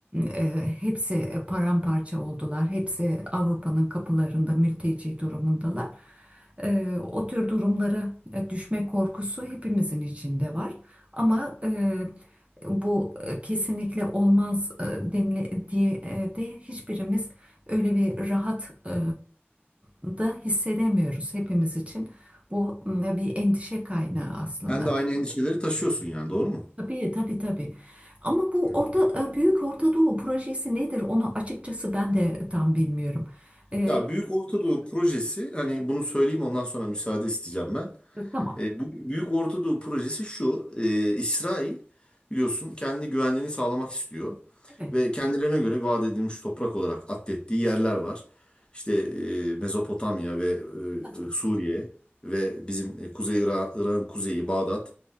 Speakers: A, on the right (about 30°); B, on the left (about 25°).
A: e, hepsi paramparça oldular. Hepsi Avrupa'nın kapılarında mülteci durumundalar. E, o tür durumlara e, düşme korkusu hepimizin içinde var. Ama e, bu e, kesinlikle olmaz e, denile diye e, de hiçbirimiz öyle bir rahat e, da hissedemiyoruz hepimiz için. Bu m, bir endişe kaynağı aslında.
B: Sen de aynı endişeleri taşıyorsun yani doğru mu?
A: Tabii tabii tabii. Ama bu
B: Evet.
A: orta, e, Büyük Orta Doğu projesi nedir? Onu açıkçası ben de tam bilmiyorum. E,
B: Ya Büyük Orta Doğu projesi hani bunu söyleyeyim ondan sonra müsaade isteyeceğim ben.
A: İsm- tamam.
B: E, bu Büyük Orta Doğu projesi şu. e, İsrail biliyorsun kendi güvenliğini sağlamak istiyor.
A: Evet.
B: Ve kendilerine göre vaat edilmiş toprak olarak addettiği yerler var. İşte e, Mezopotamya ve e,
A: Ha,
B: e, Suriye ve bizim e, Kuzey Irak, Irak'ın kuzeyi Bağdat.